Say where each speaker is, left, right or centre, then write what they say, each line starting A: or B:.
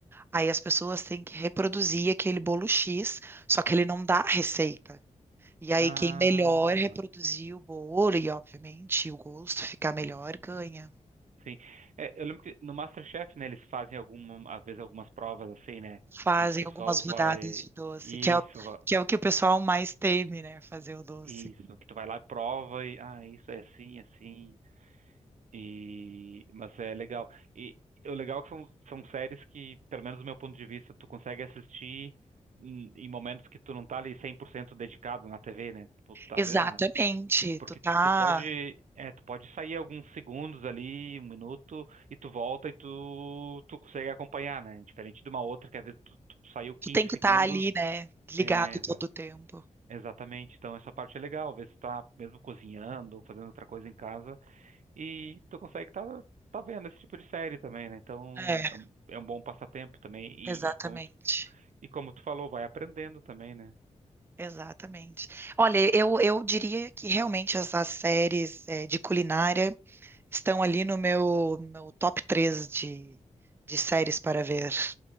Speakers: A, on the right; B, on the right.
A: Aí as pessoas têm que reproduzir aquele bolo X, só que ele não dá a receita. E aí
B: Ah,
A: quem melhor reproduzir o bolo e, obviamente, o gosto ficar melhor, ganha.
B: sim. É, eu lembro que no MasterChef, né, eles fazem alguma, às vezes algumas provas assim, né,
A: Fazem
B: onde o pessoal
A: algumas rodadas
B: vai
A: de doce,
B: isso,
A: que é, o-
B: va-
A: que é o que o pessoal mais teme, né? Fazer o doce.
B: isso, que tu vai lá e prova e ah, isso é assim, assim. E mas é legal. E o legal é que são são séries que, pelo menos do meu ponto de vista, tu consegue assistir em em momentos que tu não tá ali 100% dedicado na TV, né? Tu tá,
A: Exatamente.
B: ah, Porque
A: Tu tá,
B: tu pode, é, tu pode sair alguns segundos ali, um minuto, e tu volta e tu, tu consegue acompanhar, né? Diferente de uma outra, que às vezes tu, tu saiu 15
A: tu tem que
B: segundos,
A: estar ali, né? Ligado
B: é, exa-
A: todo o tempo.
B: exatamente. Então essa parte é legal, às vezes tu tá mesmo cozinhando, ou fazendo outra coisa em casa, e tu consegue tá, tá vendo esse tipo de série também, né? Então
A: É,
B: é um, é um bom passatempo também,
A: exatamente.
B: e como, e como tu falou, vai aprendendo também, né?
A: Exatamente. Olha, eu, eu diria que realmente as as séries eh, de culinária Estão ali no meu, meu top 3 de, de séries para ver.